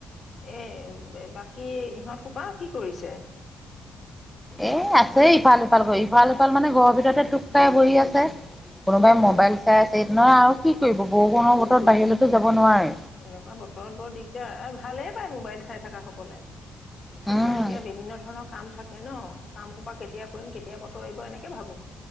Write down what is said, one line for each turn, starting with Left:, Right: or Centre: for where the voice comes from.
Left: এ বাকী ইহঁত হুপা কি কৰিছে?
Centre: এ আছে ইফাল সিফাল কৰি ইফাল সিফাল মানে ঘৰৰ ভিতৰতে তোক, চাই শুই আছে, কোনোবাই
Left: অ
Centre: মোবাইল
Left: এতিয়া
Centre: চাই আছে,। নহ আৰু কি কৰিব? বৰষুণৰ
Left: কি
Centre: বতৰত
Left: কৰি,
Centre: বাহিৰলৈতো যাব নোৱাৰে।
Left: এনেকুৱা বতৰত বৰ দিগদাৰ আৰু ভালেই পায় মোবাইল চাই। চাই থকা সকলে।
Centre: উম
Left: আমাৰ এতিয়া বিভিন্ন ধৰণৰ কাম থাকে, থাকে নহ, কাম সোপা কেতিয়া কৰিম কেতিয়া বতৰ এৰিব এনেকে ভাবো।